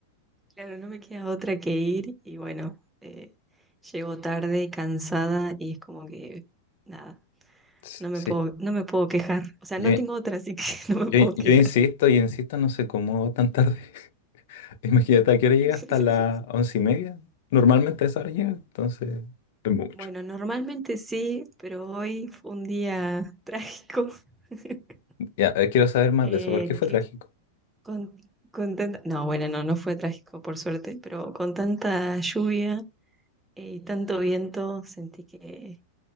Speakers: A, in the centre; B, on the left.
A: Claro, no me queda otra que ir y bueno, eh, llego tarde, cansada y es como que, nada,
B: S-
A: no me
B: Sí,
A: puedo, no me puedo quejar. O sea,
B: yo,
A: no tengo otra, así que <laughs> no
B: yo,
A: me puedo quejar.
B: yo insisto, yo insisto, no sé cómo tan tarde. <laughs> Imagínate, ¿a qué hora llega?
A: <laughs>
B: Hasta las once y media. Normalmente a esa hora llega, entonces es mucho.
A: Bueno, normalmente sí, pero hoy fue un día <laughs> trágico. <laughs>
B: Ya, eh, quiero saber más
A: Eh,
B: de eso, ¿por qué fue
A: ¿qué
B: trágico?
A: Con, con tanta- no, bueno, no, no fue trágico, por suerte, pero con tanta lluvia y tanto viento sentí que,